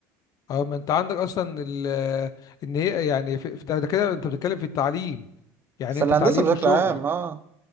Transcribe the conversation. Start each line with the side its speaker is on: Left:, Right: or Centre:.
Left: أه ما أنت عندك أصلا ال- إن هي يعني في في- ده ده كده أنت بتتكلم في التعليم يعني
Right: فالهندسة
Left: أنت تعليم وشغل
Right: بشكل عام اه